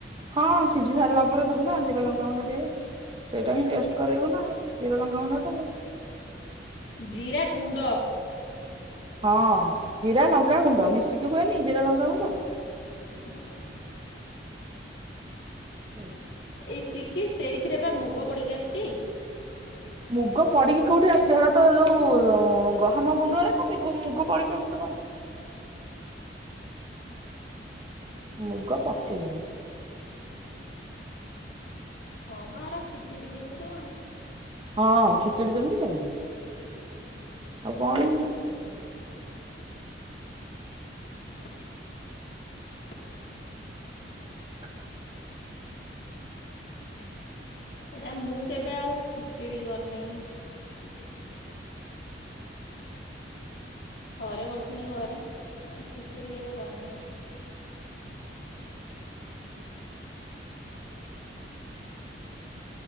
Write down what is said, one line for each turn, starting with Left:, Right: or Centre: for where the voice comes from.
Right: ହଁ ସିଝି ସାରିଲା ପରେ ଦେବୁ ନା। ହ ଲଙ୍କାଗୁଣ୍ଡ ଟିକେ ସେଇଟା ହିଁ ଟେଷ୍ଟ କରବ ନା ଜିରା ଲଙ୍କାଗୁଣ୍ଡ ଟା।
Left: ଜିରା ଗୁଣ୍ଡ।
Right: ହଁ ଜିରା ଲଙ୍କାଗୁଣ୍ଡ ମିଶିକି ହୁଏନି ଜିରା ଲଙ୍କାଗୁଣ୍ଡ।
Left: ହୁଁ।
Right: ହୁଁ।
Left: ଏଇ ଚିକି ସେଇଥିରେ ବା ମୁଗ ପଡିକି ଆସୁଛି।
Right: ମୁଗ ପଡିକି କୋଉଠି ଆସୁଛି ସେଟା ତ ଯୋଉ ଗହମ ଗୁଣ୍ଡରେ କି ମୁଗ ପଡିକି ଆସୁଛି କଣ। ମୁଗ ପକେଇନ।
Left: ହଁମ ଏରା ଖିଚୁଡି ଯେମିତି ଆଉ।
Right: ହଁ ଖିଚୁଡି ଜମିିକି ସେମତି ଆଉ କଣ। <inaudible>
Left: <inaudible>
Right: <inaudible>
Left: ଏଟ ମୁଁ କେବେ ଆଉ ଖିଚୁଡି କରିନି। ଥରେ କରିିନି ଘରେ ଆ ଖିଚୁଡିିକେବେ କରିନି ଏଠି।